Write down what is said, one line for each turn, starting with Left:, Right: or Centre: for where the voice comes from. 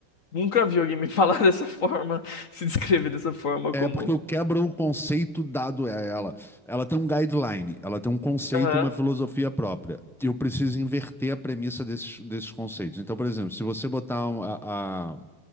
Left: nunca vi alguém me falar <laughs> dessa forma, se descrever dessa forma
Centre: É
Left: como.
Centre: porque eu quebro o conceito dado a ela. Ela tem um guideline, ela tem um conceito,
Left: Aham,
Centre: uma filosofia própria. E eu preciso inverter a premissa desses, desses conceitos. Então, por exemplo, se você botar um- a, a-